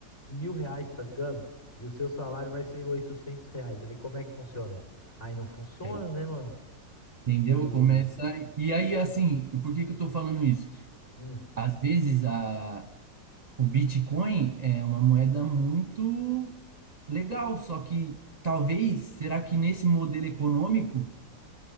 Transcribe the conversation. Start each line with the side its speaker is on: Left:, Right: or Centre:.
Left: mil reais, tá ligado? E o seu salário vai ser 800 reais. Aí como é que funciona? Aí não funciona,
Right: é.
Left: né, mano?
Right: Entendeu?
Left: E.
Right: Começa. E aí, assim, por que que eu estou falando isso?
Left: hum.
Right: Às vezes, a... o Bitcoin é uma moeda muito legal, só que talvez, será que nesse modelo econômico